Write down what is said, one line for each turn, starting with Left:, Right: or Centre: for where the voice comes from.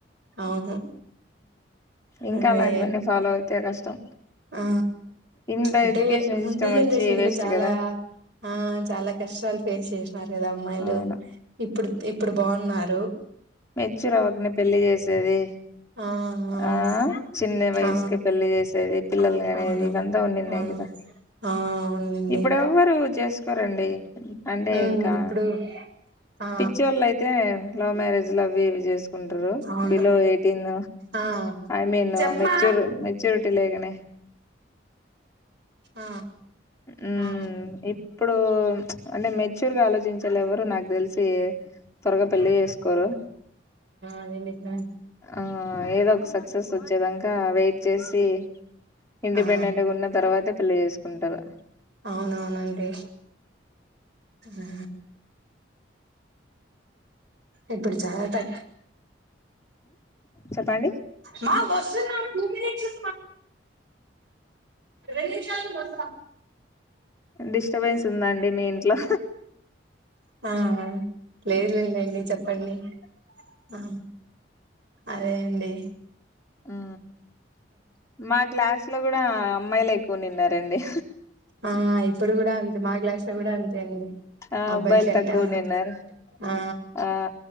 Right: అవును
Left: ఇంకా
Right: అదే
Left: అలాంటివన్నీ ఫాలో అవుతే కష్టం
Right: ఆ
Left: ఇంత
Right: అంటే
Left: ఎడ్యుకేషన్
Right: ముందు
Left: సిస్టం
Right: జనరేషన్
Left: వచ్చి వేస్ట్
Right: లో చాలా
Left: కదా
Right: ఆ చాలా కష్టాలు ఫేస్ చేసినన్నారు కదా అమ్మాయిలు
Left: అవును
Right: ఇప్పుడు ఇప్పుడు బాగున్నారు లో
Left: మెచ్చూర్వకనే పెళ్లి చేసేది
Right: ఆ అవును
Left: ఆ చిన్న వయసుకి
Right: ఆ
Left: పెళ్లి చేసేది పిల్లలుగానేది
Right: అవును
Left: ఇవంతా ఉండింది
Right: అవును
Left: కదా
Right: ఆ అవునండి
Left: ఇప్పుడువ్వరు చేసుకో రండి అంటే
Right: హ్మ్
Left: ఇంకా
Right: ఇప్పుడు ఆ
Left: పిచ్చివాళ్ళు అయితే లవ్ మ్యారేజ్ వీడియోస్ టారు
Right: అవును
Left: బిలో ఎయిటీన్
Right: ఆ
Left: ఐ మీన్
Right: చెప్మా
Left: మెచ్యూర్ మెచ్యూరిటీ లేకనే
Right: ఆ
Left: ఉమ్
Right: ఆ
Left: ఇప్పుడు అంటే మెచ్యూర్ గా ఆలోచించాలి ఎవరు నాకు తెలిసి త్వరగా పెళ్లి చేసుకోరు
Right: అన్ని నిజమే
Left: ఆ ఏదో ఒక సక్ సక్సెస్ వచ్చేదాక వెయిట్ చేసి ఇండిపెండెంట్గా
Right: ఆ
Left: ఉన్న తర్వాతే పెళ్లి చేసుకుంటారు
Right: అవునవునండి ఆ ఇప్పుడు చాలా తక్
Left: చెప్పండి
Right: మా వస్తు టూ మినిట్స్ రెండు నిమిషాలకు వస్తాం
Left: డిస్టర్బెన్స్ ఉందండి మీ ఇంట్లో
Right: ఆ లేదులే లెండి చెప్పండి ఆ అదేండి
Left: ఆ మా క్లాస్ లో కూడా అమ్మాయిలు ఎక్కువ నిన్నారండి
Right: ఆ ఇప్పుడు కూడా అంతే మా గ్లాస్ కూడా అంతే అండి
Left: ఆ
Right: అబ్బాయిల
Left: అబ్బాయిలు
Right: కంటే
Left: తక్కువ
Right: అమ్మాయి
Left: నిన్నారు
Right: ఆ
Left: ఆ